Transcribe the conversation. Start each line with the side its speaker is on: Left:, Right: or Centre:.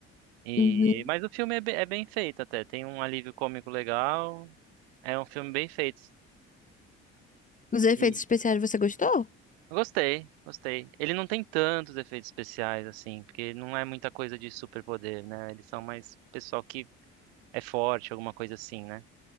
Right: E,
Left: uhum.
Right: mas o filme é, be- é bem feito até, tem um alívio cômico legal, é um filme bem feito.
Left: Os efeitos
Right: E
Left: especiais você gostou?
Right: gostei, gostei. Ele não tem tantos efeitos especiais assim, porque não é muita coisa de superpoder, né? Eles são mais pessoal que é forte, alguma coisa assim, né?